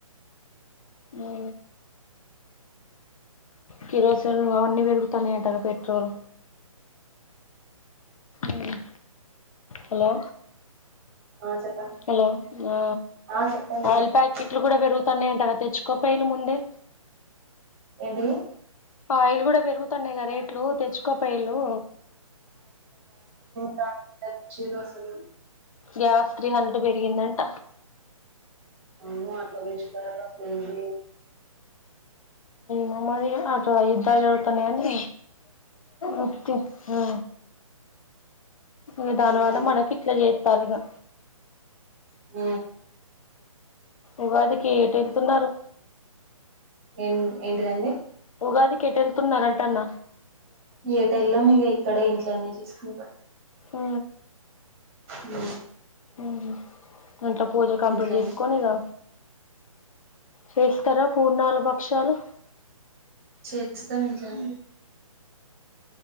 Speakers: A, on the left; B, on the right.
A: మో కిరోసి తేల్ అవన్నీ పెరుగుతన్నయి అంటాగా పె ట్రోల్ ఉమ్ హలో
B: ఆ చెప్పండి
A: హలో ఆ
B: ఆ చెప్పండి
A: ఆయిల్
B: చెప్పండి
A: ప్యాకిట్లు కూడా పెరుగుతన్నయంటగ తెచ్చుకో పేలు ముందే
B: ఏంటీ
A: ఆయిల్ గూడ పెరుగుతున్నయి గ రేట్లు తెచ్చుకోపేల్లు
B: నాకు తేచ్చీరసలు
A: గ్యాస్ త్రీ హండ్రెడ్ పెరిగిందంట
B: ఏమో అట్లా పెంచుతారు అట్లయింది
A: మమ్మది ఇగ అటా యుద్ధాలు జరుగుతయని ఊ తీప్ ఆ ఊ దాని వల్ల
B: ఆ,
A: మనకి ఇట్లా జేత్తరు ఇగ
B: ఊ
A: ఉగాదికి ఎటు ఎళ్తున్నారు
B: ఏన్ ఏంటిదండి
A: ఉగాది కేటుళ్తున్నారంటన్న
B: ఏటెల్లము ఇగ ఇక్కడే ఇంట్లోనే చూసుకుంటమ్.
A: ఊ
B: ఊ
A: ఊ హు ఇంట్లో పూజ కంప్లీట్
B: ఇంట్లోనే
A: జేసుకొని ఇగ. చేస్తర పూర్ణాలు బక్షాలు
B: చేస్తాం ఇంట్లనే